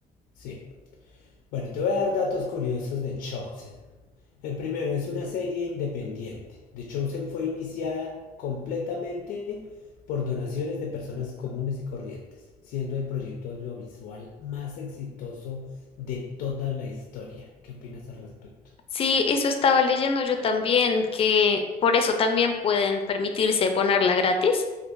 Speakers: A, on the left; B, on the left.
A: Sí. Bueno, te voy a dar datos curiosos de Chosen. El primero es una serie independiente. The Chosen fue iniciada completamente por donaciones de personas comunes y corrientes, siendo el proyecto audiovisual más exitoso de toda la historia. ¿Qué opinas al respecto?
B: Sí, eso estaba leyendo yo también, que por eso también pueden permitirse ponerla gratis,